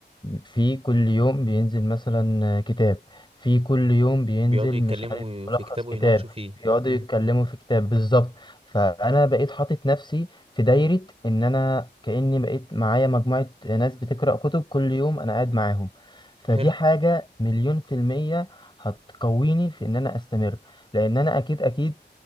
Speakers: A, on the left; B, on the right.
A: في كل يوم بينزل مثلا كتاب في كل يوم بينزل
B: بيقعدوا يتكلموا
A: مش عارف ملخص
B: في كتابه
A: كتاب
B: ويناقشوا فيه
A: بيقعدوا
B: امم
A: يتكلموا في كتاب بالظبط فانا بقيت حاطط نفسي في دايرة ان انا كأني بقيت معايا مجموعة ناس بتقرأ كتب كل يوم انا قاعد معاهم فدي
B: حلو
A: حاجة مليون في المية هتقويني في ان انا استمر لان انا اكيد اكيد